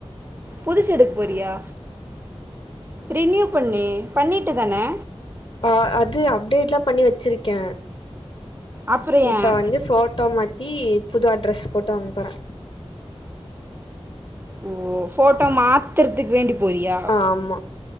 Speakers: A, on the right; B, on the left.
A: புதுசு எடுக் போறியா ரினியூ பண்ணு பண்ணிட்டுதானே
B: ஆ அது அப்டேட்லா பண்ணி வச்சிருக்கே
A: அப்புறம்
B: இப்பொ
A: ஏன்
B: வந்து போட்டோ மாத்தீ புது அட்ரஸ் போட்டு வாங்கப்போறே
A: ஓ போட்டோ மாத்துற்துக் வேண்டி போறியா
B: ஆமா